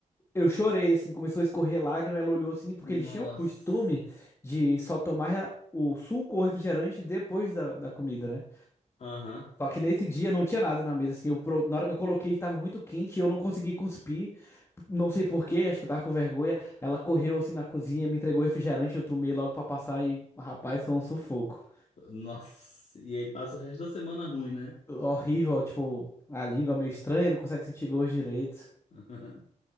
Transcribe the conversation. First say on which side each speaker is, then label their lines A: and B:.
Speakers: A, on the left; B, on the left.
A: eu chorei, assim, começou a escorrer lágrima, ela olhou assim, porque
B: Nossa.
A: eles tinham o costume de só tomar o suco ou refrigerante depois da, da comida, né?
B: Aham.
A: Só que nesse dia não tinha nada na mesa, assim. Eu, pro- na hora que eu coloquei, estava muito quente e eu não consegui cuspir. Não sei por quê, acho que eu tava com vergonha. Ela correu assim na cozinha, me entregou refrigerante, eu tomei logo pra passar e, rapaz, foi um sufoco.
B: Nossa. E aí passa o resto da semana ruim, né?
A: Horrível, tipo, a língua meio estranha, não consegue sentir gosto direito.
B: <laughs>